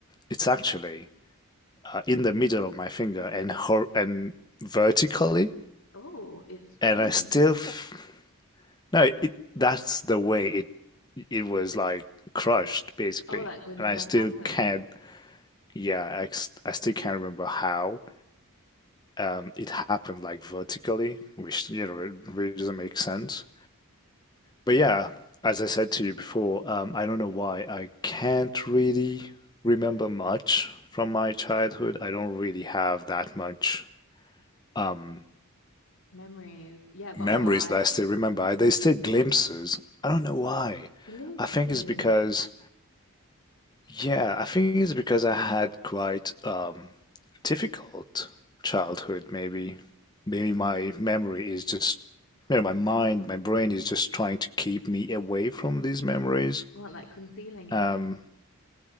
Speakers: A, on the left; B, on the left.
A: it's actually uh, in the middle of my finger and hor and vertically.
B: Oh, it's changed.
A: And I still, f no, it, that's the way it, it was like crushed basically.
B: Oh, like when
A: And
B: it
A: I
B: first
A: still
B: happened.
A: can't, yeah, I. I still can't remember how um, it happened like vertically, which, you know, it really doesn't make sense. But yeah, as I said to you before, um, I don't know why. I can't really remember much from my childhood. I don't really have that much um,
B: Memories. Yeah, but
A: memories
B: why?
A: that I still remember. There's still glimpses. I don't know why.
B: Glimpses.
A: I think it's because, yeah, I think it's because I had quite um, difficult childhood, maybe. Maybe my memory is just, you know, my mind, my brain is just trying to keep me away from these memories.
B: were like concealing
A: Um,
B: it.